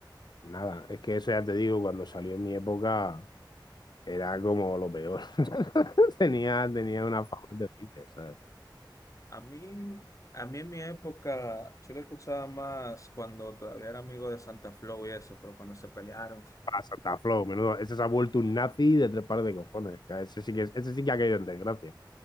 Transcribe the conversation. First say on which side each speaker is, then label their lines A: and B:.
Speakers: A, on the left (about 60°); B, on the left (about 40°).
A: nada. Es que eso ya te digo, cuando salió en mi época era como lo peor. <laughs> Tenía, tenía una fama terrible, ¿sabes?
B: A mí, a mí en mi época, yo lo escuchaba más cuando todavía era amigo de Santa Flow y eso, pero cuando se pelearon.
A: Para Santa Flow, menudo. Ese se ha vuelto un nazi de tres pares de cojones. que Ese sí que, es- ese sí que ha caído en desgracia,